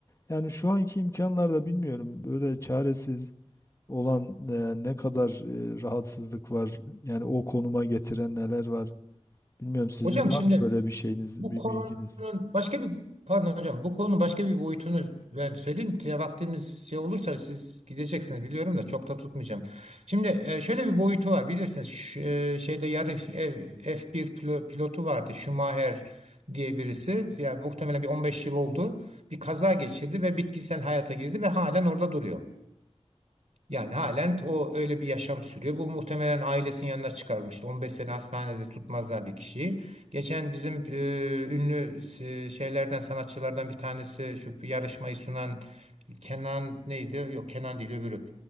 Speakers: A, on the left; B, on the right.
A: yani şu anki imkanlarda bilmiyorum böyle çaresiz olan e, ne kadar e, rahatsızlık var yani o konuma getiren neler var bilmiyorum sizin
B: Hocam
A: var
B: şimdi
A: mı böyle bir şeyiniz
B: Bu
A: bir
B: konunun
A: bilginiz?
B: başka bir pardon hocam bu konunun başka bir boyutunu ben söyleyeyim. Ya vaktimiz şey olursa siz gideceksiniz biliyorum da çok da tutmayacağım. Şimdi e, şöyle bir boyutu var bilirsiniz Şu, e, şeyde yarı F, F1 pilo- pilotu vardı Schumacher diye birisi. Yani muhtemelen bir 15 yıl oldu. Bir kaza geçirdi ve bitkisel hayata girdi ve halen orada duruyor. Yani halen o öyle bir yaşam sürüyor. Bu muhtemelen ailesinin yanına çıkarmıştı. 15 sene hastanede tutmazlar bir kişiyi. Geçen bizim e, ünlü e, şeylerden sanatçılardan bir tanesi şu bir yarışmayı sunan Kenan neydi? Yok Kenan değil öbürü.